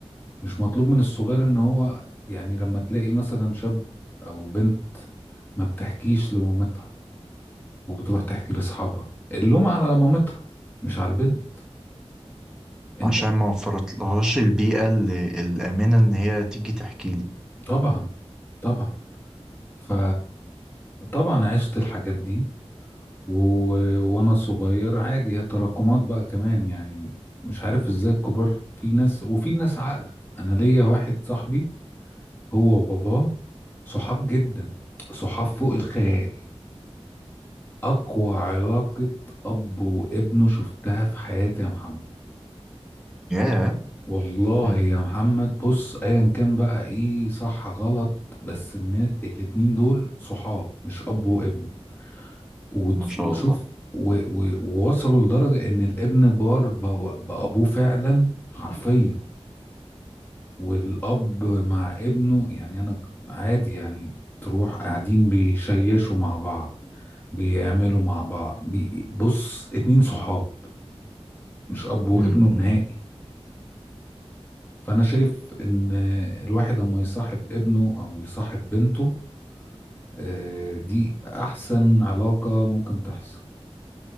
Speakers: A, on the left; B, in the centre.
A: مش مطلوب من الصغير ان هو يعني لما تلاقي مثلا شاب او بنت ما بتحكيش لمامتها وبتروح تحكي لاصحابها اللوم على مامتها مش على البنت انت
B: عشان ما وفرتلهاش البيئة ال- الآمنة إن هي تيجي تحكي لي
A: طبعا طبعا ف طبعا عشت الحاجات دي و... وانا صغير عادي هي تراكمات بقى كمان يعني مش عارف ازاي الكبار في ناس وفي ناس عاقله انا ليا واحد صاحبي هو وباباه صحاب جدا صحاب فوق الخيال اقوى علاقه اب وابنه شفتها في حياتي يا محمد
B: ياه
A: والله
B: مم،
A: يا محمد بص ايا كان بقى ايه صح غلط بس النا- الاتنين دول صحاب مش اب وابن وت-
B: ما شاء
A: وشوف
B: الله
A: و- و- ووصلوا لدرجة ان الابن بار ب- بابوه فعلا حرفيا والاب مع ابنه يعني انا ك- عادي يعني تروح قاعدين بيشيشوا مع بعض بيعملوا مع بعض بي- بص اتنين صحاب مش اب وابنه
B: مم،
A: نهائي فأنا شايف إن الواحد لما يصاحب ابنه أو يصاحب بنته آه، دي أحسن علاقة ممكن تحصل